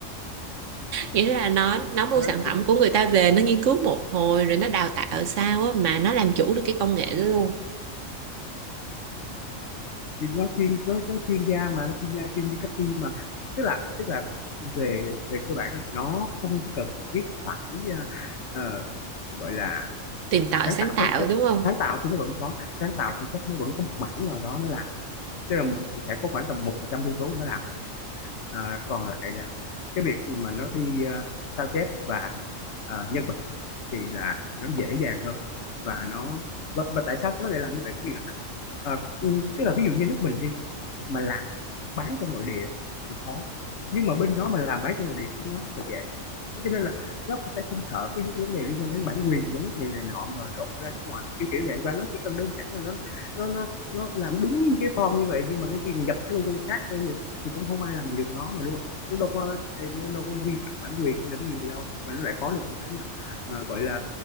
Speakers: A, on the right; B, on the left.
A: nghĩa là nó nó mua
B: Ờ,
A: sản phẩm
B: tức-
A: của người ta về nó nghiên cứu một hồi rồi nó đào tạo sao á mà nó làm chủ được cái công nghệ đó luôn
B: thì nó chuyên nó nó chuyên gia mà nó chuyên gia chuyên cho các team mà tức là tức là về về cơ bản là nó không cần thiết phải ờ, ờ, gọi là
A: tìm tòi
B: sáng
A: sáng
B: tạo
A: tạo
B: sáng chắc-
A: đúng không
B: sáng tạo thì nó vẫn có sáng tạo thì chắc nó vẫn có một mảng nào đó nó làm tức là sẽ có khoảng tầm một phần trăm dân số nó làm à, còn lại là cái việc mà nó đi ờ, sao chép và ờ, nhân bản thì là nó dễ dàng hơn và nó và, và tại sao nó lại làm như vậy bởi vì là ờ, ừ, tức là ví dụ như nước mình đi mà làm bán trong nội địa thì khó nhưng mà bên đó mà làm bán trong nội địa thì nó rất là dễ Thế cho nên là nó sẽ không sợ cái vấn đề liên quan đến bản quyền của những người này nọ rồi lộ ra nước ngoài kiểu kiểu vậy và nó chỉ cần đơn giản là nó nó nó nó làm đúng như cái form như vậy nhưng mà nó chỉ nhập cái logo khác thôi vậy thì cũng không ai làm gì được nó mà đúng không nó đâu có nó đâu có vi phạm bản quyền hay là cái gì đâu mà nó lại có được những cái mà mà gọi là